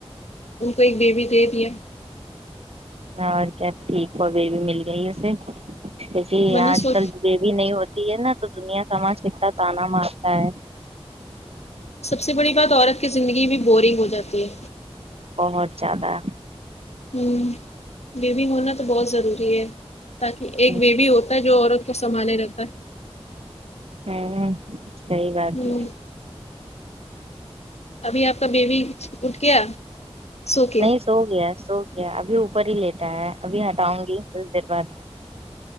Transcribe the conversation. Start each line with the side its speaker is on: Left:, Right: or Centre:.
Left: ان کو ایک بیبی دے دیا
Right: اور کیا ٹھیک ہوا بیی مل گئی اسے کیونکہ
Left: ورنہ
Right: آج
Left: سو
Right: کل بیبی نہیں ہو تی ہے نا تو دنیا سماج کتنا تانا مارتا ہے
Left: سب سے بڑی بات عورت کی زندگی بھی بورنگ ہو جاتی ہے
Right: بہت زیادہ
Left: ہ بیبی ہونا تو بہت ضروری ہے تاکہ
Right: ہوں
Left: ایک بیبی ہو جو عورت کو سنبھالے رہتا ہے
Right: ہوں صحیح بات
Left: ہوں
Right: ہے
Left: ابھی آپ کا بیبی اٹھ گیا سو کے
Right: نہیں سو گیا سو گیا ابھی اوپر ہی لیٹا ہے ابھی ہٹاؤں گی کچھ دیر بعد